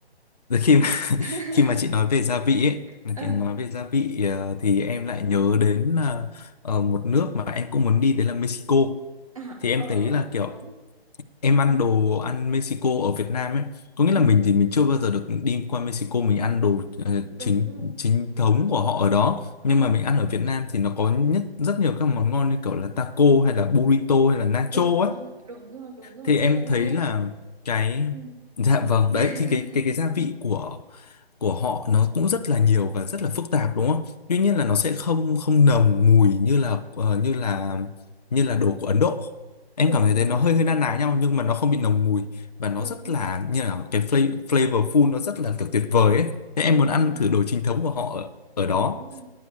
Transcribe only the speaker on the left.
từ khi mà-
khi mà chị nói về gia vị ấy,
thì nói về gia vị ờ, thì em lại nhớ đến ờ, ờ, một nước mà em cũng muốn đi đấy là Mexico.
Thì em
thấy là kiểu
em
ăn đồ ăn Mexico ở Việt Nam ấy có
nghĩa là mình thì mình chưa bao giờ được đi qua Mexico mình ăn đồ ờ,
chính
chính thống của họ ở đó nhưng
mà mình ăn ở Việt Nam thì nó có nhất rất nhiều các món ngon như kiểu là taco hay là burrito hay là nacho
ấy
thì
em
thấy
là cái
dạ vâng
đấy thì cái cái cái gia vị của của họ nó cũng rất là nhiều và rất là phức tạp đúng không? Tuy nhiên là nó sẽ không không nồng mùi như là ờ, như là như là đồ của Ấn Độ. Em
cảm thấy thế
nó hơi hơi na
ná nhau
nhưng mà nó không bị nồng mùi và nó
rất là
như là cái flavor flavorful nó rất là kiểu tuyệt vời ấy. Thế
em muốn ăn
thử đồ chính thống của họ ở, ở đó.